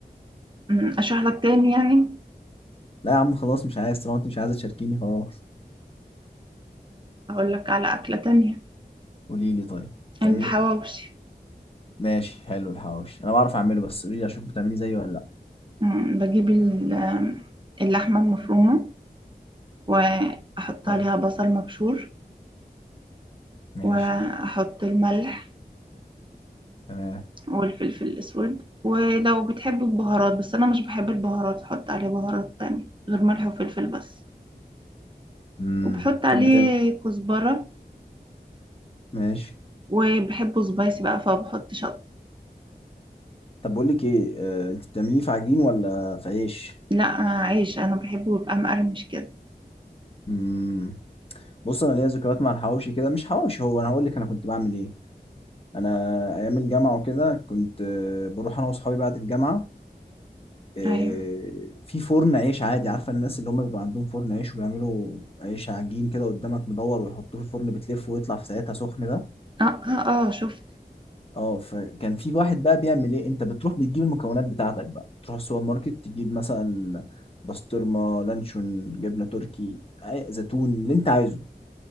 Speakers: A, on the right; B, on the left.
A: أمم، أشرح لك تاني يعني
B: لا يا عم خلاص مش عايز طالما انت مش عايزه تشاركيني خلاص
A: أقول لك على أكلة تانية
B: قولي لي طيب
A: الحواوشي
B: تعملي ماشي حلو الحواوشي انا بعرف اعمله بس قولي لي اشوف بتعمليه زيي ولا لا
A: أمم، بجيب ال- اللحمة المفرومة وأحط
B: حلو
A: عليها بصل مبشور
B: ماشي
A: وأحط الملح
B: تمام
A: والفلفل الأسود ولو بتحب البهارات بس أنا مش بحب البهارات أحط عليه بهارات تانية غير ملح وفلفل بس
B: امم
A: وبحط عليه
B: طب بتعمل
A: كزبرة
B: ماشي
A: وبحبه سبايسي بقى فبحط شطة
B: طب بقول لك ايه آه، انت بتعمليه في عجين ولا في عيش
A: لا عيش أنا بحبه يبقى مقرمش كده
B: مم. بص انا ليا ذكريات مع الحواوشي كده مش حواوشي هو انا هقول لك انا كنت بعمل ايه انا ايام الجامعه وكده كنت آه، بروح انا واصحابي بعد الجامعه آه،
A: أيوة
B: في فرن عيش عادي عارفه الناس اللي هم بيبقى عندهم فرن عيش وبيعملوا عيش عجين كده قدامك مدور ويحطوه في الفرن بتلفه ويطلع في ساعتها سخن ده
A: آه آه, آه شفت
B: اه فكان في واحد بقى بيعمل ايه انت بتروح بتجيب المكونات بتاعتك بقى تروح السوبر ماركت تجيب مثلا بسطرمة لانشون جبنة تركي أي- زيتون اللي انت عايزه